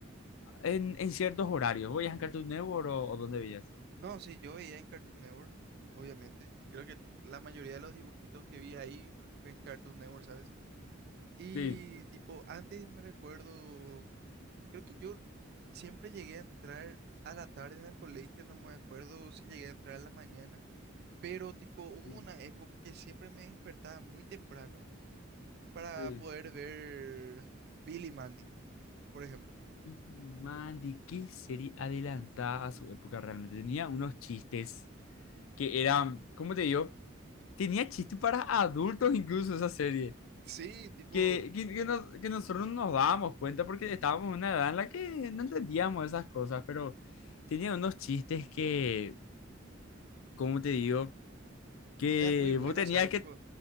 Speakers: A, on the left; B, on the right.
A: en, en ciertos horarios. ¿Voy a en Cartoon Network o, o dónde veías?
B: No, sí, yo veía en Cartoon Network, obviamente. Creo que la mayoría de los dibujitos que vi ahí fue fue en Cartoon Network, ¿sabes? Y
A: Sí,
B: tipo, antes me recuerdo, creo que yo siempre llegué a entrar a la tarde en el colegio, no me acuerdo si llegué a entrar a la mañana, pero tipo, hubo
A: sí,
B: una época que siempre me despertaba muy temprano para
A: sí.
B: poder ver Billy Mandy, por ejemplo.
A: Y, Man, ¿de qué serie adelantada a su época realmente? Tenía unos chistes que eran, ¿cómo te digo? Tenía chistes para adultos incluso esa serie.
B: Sí, tipo,
A: Que, que, que nos- que nosotros no nos dábamos cuenta porque estábamos en una edad en la que no entendíamos esas cosas, pero tenía unos chistes que, ¿cómo te digo? Que
B: eran muy buenos,
A: vos tenías
B: ¿sabes?
A: que...
B: Tipo...